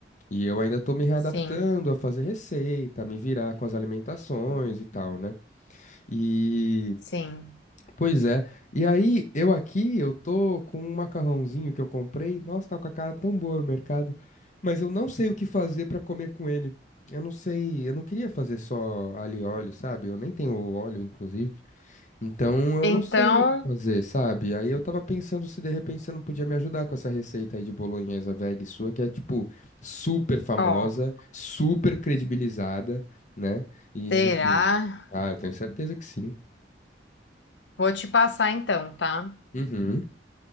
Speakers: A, on the left; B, on the left.
A: E eu ainda tô me readaptando
B: sim,
A: a fazer receita, a me virar com as alimentações e tal, né? E,
B: sim.
A: pois é. E aí, eu aqui, eu tô com um macarrãozinho que eu comprei. Nossa, tá com a cara tão boa no mercado, mas eu não sei o que fazer pra comer com ele. Eu não sei, eu não queria fazer só alho e óleo, sabe? Eu nem tenho óleo, inclusive. Então eu
B: Então,
A: não sei o que fazer, sabe? Aí eu tava pensando se de repente você não podia me ajudar com essa receita aí de bolonhesa veg sua, que é tipo super famosa,
B: ó.
A: super credibilizada, né? E
B: Será?
A: enfim. Ah, eu tenho certeza que sim.
B: Vou te passar então, tá?
A: Uhum.